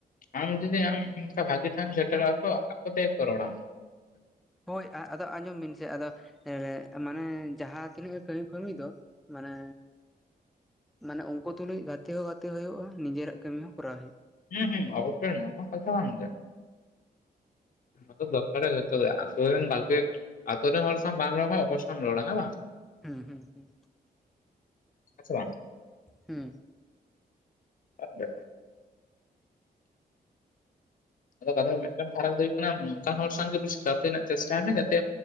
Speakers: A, on the left; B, in the centre.
A: ᱟᱢ ᱡᱫᱤ ᱟᱢ ᱚᱱᱠᱟ ᱵᱷᱟᱹᱜᱤ ᱴᱷᱟᱣ ᱮᱢ ᱥᱮᱴᱮᱨᱟ ᱛᱚ ᱟᱠᱚ ᱛᱮᱜᱮ ᱠᱚ ᱨᱚᱲᱟᱢᱟ
B: ᱦᱳᱭ ᱟᱫᱚ ᱟᱸᱡᱚᱢ ᱵᱤᱱ ᱥᱮ ᱟᱫᱚ ᱦᱮ <inaudible> ᱢᱟᱱᱮ ᱡᱟᱦᱟᱸ ᱛᱤᱱᱟᱹᱜ ᱜᱮ ᱠᱟᱹᱢᱤ ᱠᱟᱹᱢᱤ ᱫᱚ ᱢᱟᱱᱮ ᱢᱟᱱᱮ ᱩᱱᱠᱩ ᱛᱩᱞᱩᱡ ᱜᱟᱛᱮ ᱦᱚᱸ ᱜᱟᱛᱮ ᱦᱳᱭᱩᱜᱼᱟ ᱱᱤᱡᱮᱨᱟᱜ ᱠᱟᱹᱢᱤ ᱦᱚᱸ ᱠᱚᱨᱟᱣ ᱦᱳᱭᱩᱜᱼᱟ᱾
A: ᱦᱩᱸ ᱦᱩᱸ ᱚᱵᱚᱥᱳᱭ ᱱᱚᱣᱟ ᱦᱚᱸ ᱠᱟᱛᱷᱟ ᱠᱟᱱ ᱜᱮᱭᱟ᱾ ᱟᱫᱚ ᱫᱚᱨᱠᱟᱨᱚᱜᱼᱟ ᱡᱷᱚᱛᱚ ᱜᱮ ᱟᱛᱳ ᱨᱮᱱ ᱜᱟᱛᱮ ᱟᱛᱳ ᱨᱮᱱ ᱦᱚᱲ ᱥᱟᱣ ᱵᱟᱢ ᱨᱚᱲᱢᱟ ᱚᱠᱚᱭ ᱥᱚᱣᱮᱢ ᱨᱚᱲᱟ ᱦᱮᱸ ᱵᱟᱝ
B: ᱦᱮᱸ ᱦᱩᱸ ᱦᱩᱸ
A: ᱦᱮᱸ ᱥᱮ ᱵᱟᱝ
B: ᱦᱩᱸ ᱦᱮᱸ
A: ᱟ <inaudible> ᱟᱫᱚ ᱠᱟᱛᱷᱟ ᱫᱚ ᱢᱤᱫᱴᱟᱝ ᱯᱷᱟᱨᱟᱠ ᱫᱚ ᱦᱩᱭᱩᱜ ᱠᱟᱱᱟ ᱚᱱᱠᱟᱱ ᱦᱚᱲ ᱥᱟᱶᱜᱮ ᱵᱮᱥᱤ ᱜᱟᱛᱮ ᱨᱮᱱᱟᱜ ᱪᱮᱥᱴᱟᱭ ᱢᱮ ᱡᱟᱛᱮ